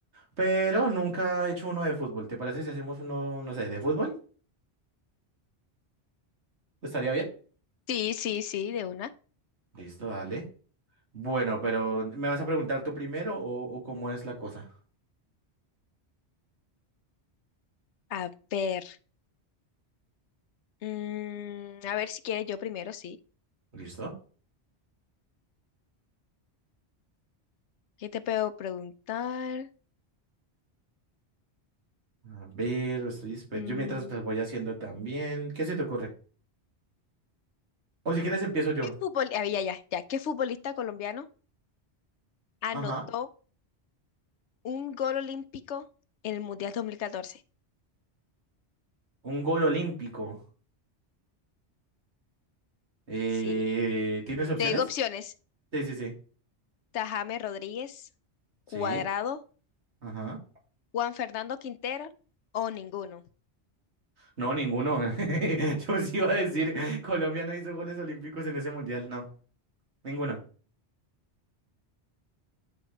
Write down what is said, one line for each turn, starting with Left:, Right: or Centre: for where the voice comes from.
Right: pero nunca he hecho uno de fútbol. ¿Te parece si hacemos uno, no sé, de fútbol? ¿Estaría bien?
Left: Sí, sí, sí, de una.
Right: Listo, dale. Bueno, pero ¿me vas a preguntar tú primero o, o cómo es la cosa?
Left: A ver, mm, a ver si quieres yo primero, sí.
Right: ¿Listo?
Left: ¿Qué te puedo preguntar?
Right: A ver, estoy esper-
Left: Mm,
Right: Yo mientras las voy haciendo también. ¿Qué se te ocurre? O si quieres empiezo yo.
Left: ¿qué fútbol, ah, ya, ya, ya, ¿qué futbolista colombiano anotó
Right: Ajá.
Left: un gol olímpico en el Mundial 2014?
Right: Un gol olímpico. Eh,
Left: Sí.
Right: ¿tienes opciones?
Left: Te digo opciones.
Right: Sí, sí, sí.
Left: Tajame Rodríguez, Cuadrado,
Right: Sí. Ajá.
Left: Juan Fernando Quintero o ninguno.
Right: No, ninguno. <laughs> Yo sí iba a decir, Colombia no hizo goles olímpicos en ese mundial. No, ninguno.